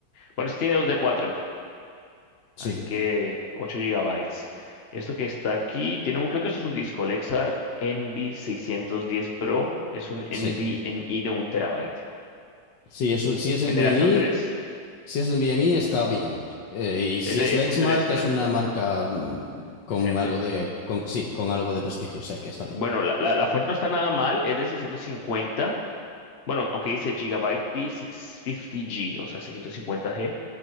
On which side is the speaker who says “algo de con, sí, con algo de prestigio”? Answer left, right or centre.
Left